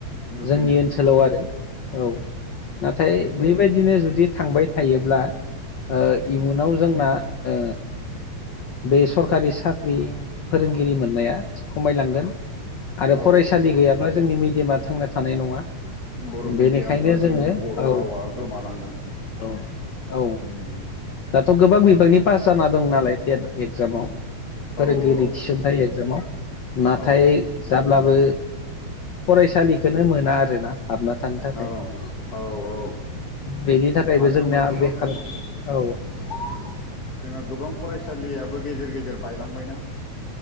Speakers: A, on the left; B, on the left.
A: नुफिनो
B: जोंनि ओनसोलाव आरो औ नाथाय बेबायदिनो जुदि थांबाय थायोब्ला ओ इयुनाव जोंना ओ बे सरखारि साख्रि फोरोंगिरि मोननाया खमायलांगोन आरो फरायसालि
A: औ
B: गैयाब्ला जोंनि मिडियामा थांना थानाय नङा
A: बर'
B: बेनिखायनो
A: मिडियाम बा
B: जोङो
A: जोंनि बर'
B: औ
A: रावा गोमालांगोन
B: औ औ
A: उम
B: दाथ गोबां बिबांनि पास जाना दं नालाय टेथ एगजामाव फोरोंगिरि
A: औ औ
B: थिसनथायाइ एगजामाव नाथाय
A: औ
B: जाब्लाबो फरायसालिखौनो मोना आरोना हाबना थानो थाखाय
A: औ औ औ
B: बेनि थाखायबो
A: मानो
B: जोंना
A: होनबा गोबां
B: बेखार
A: जोंहा
B: औ
A: गोबां फरायसालियाबो गेजेर गेजेर बायलांबायना